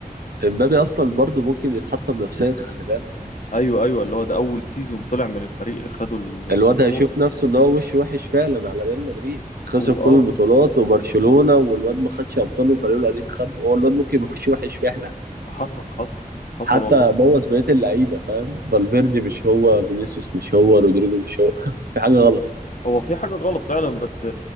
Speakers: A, on the right; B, on the left.
A: امبابي اصلا برضو ممكن يتحطم نفسيا خلي بالك
B: ايوه ايوه اللي هو ده اول سيزون طلع من الفريق خدوا ال- البطولة
A: الواد هيشوف نفسه ان هو وش وحش فعلا على ريال مدريد خسر
B: واه
A: كل البطولات وبرشلونه والواد ما خدش ابطال وفريقه القديم خد هو الواد ممكن يخش وحش فعلا
B: حصل حصل حصل
A: حتى
B: والله
A: بوظ بقيه اللعيبه فاهم فالفيردي مش هو فينيسيوس مش هو رودريجو مش هو <laughs> في حاجه غلط
B: هو في حاجة غلط فعلا بس